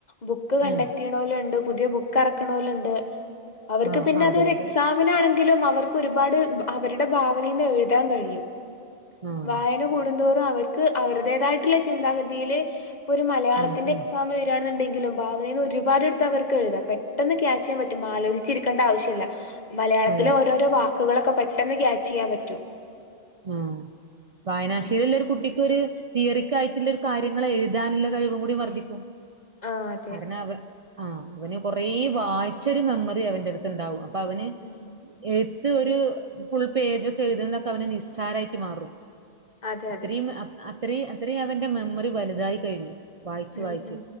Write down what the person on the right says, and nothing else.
ഉം
ആ
ആ
അതെ അതെ
ആഹ്
ഉം ഉം
അതെ
ആഹ് വായനാശീലല്ലെ
ഒരു കുട്ടിക്കൊരു തിയറിക്കായിട്ടുള്ള ഒരു കാര്യങ്ങെളെഴുതാനുള്ള കഴിവും കൂടി വർദ്ധിക്കും
കാരണം അവ ആഹ് അവന് കൊറ വായിച്ചൊരു മെമ്മറി അവന്റെ അടുത്ത് ഉണ്ടാവും അപ്പൊ അവന്
എഴുത്ത് ഒരു ഫുൾ പേജൊക്കെ എഴുതുണതൊക്കെ അവന് നിസ്സാരമായിട്ട് മാറും
അത്രയും
അത്രയും അത്രയും അവൻ്റെ മെമ്മറീ വലുതായി കഴിഞ്ഞു വായിച്ച്
വായിച്ച്